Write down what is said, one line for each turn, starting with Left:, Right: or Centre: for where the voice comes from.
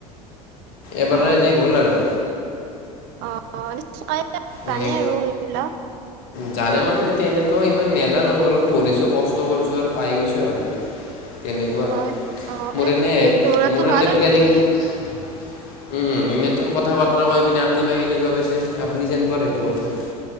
Left: এবাৰৰ
Right: অ
Left: এনেই গ'ল আৰু
Right: অ' নি জানে
Left: এনে
Right: আৰু এইবিলাক
Left: জানে মানে তেনেকুৱাও ইমান নোজানো অলপ পঢ়িছো কষ্ট কৰিছো আৰু পাই গৈছো আৰু তেনেকুৱা
Right: অ
Left: আৰু
Right: অ
Left: মোৰ
Right: এ
Left: এনে,
Right: দৌৰাটো
Left: মোৰ
Right: ভাল
Left: এনে
Right: আৰু
Left: প্লেনিং।
Right: আপুনি
Left: উম এইমাত্ৰ কথা বাৰ্তা কৈ পিনে আপুনি বাই কেনেকুৱা পাইছে, আপুনি যেন বাৰ সেইটো কথা।